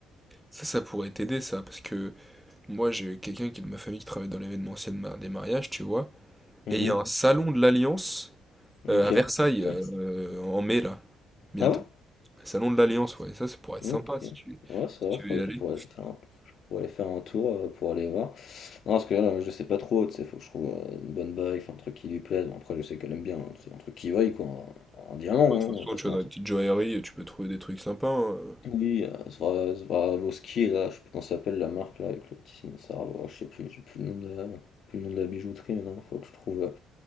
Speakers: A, in the centre; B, on the left.
A: ça, ça pourrait t'aider ça, parce que moi, j'ai quelqu'un qui est de ma famille qui travaille dans l'événementiel de ma des mariages, tu vois?
B: Mhm.
A: Et il y a un salon de l'Alliance
B: Ok.
A: Euh, à Versailles, euh,
B: Ça-
A: en mai, là, bientôt.
B: Ah
A: Le Salon de l'Alliance, ouais, ça, ça pourrait être
B: ouais?
A: sympa si
B: Ok.
A: tu,
B: Ouais, ça
A: si tu
B: va, faudrait
A: veux y aller.
B: que je pourrais aller faire un, je pourrais aller faire un tour euh, pour aller voir. Non, parce que là, je sais pas trop, tu sais, faut que je trouve euh, une bonne bague, enfin, un truc qui lui plaise. Bon, après, je sais qu'elle aime bien, hein, c'est un truc qui vaille, quoi, un, un diamant,
A: Ouais, De toute
B: hein, on
A: façon,
B: va pas
A: tu
B: se
A: vas
B: mentir.
A: dans les petites joailleries, tu peux trouver des trucs sympas. hein.
B: Oui, euh, Svra- Swarovski, là, je sais plus comment ça s'appelle la marque, là, avec le petit signe, ça, je sais plus, j'ai plus le nom de la, plus le nom de la bijouterie, mais non, faut que je trouve,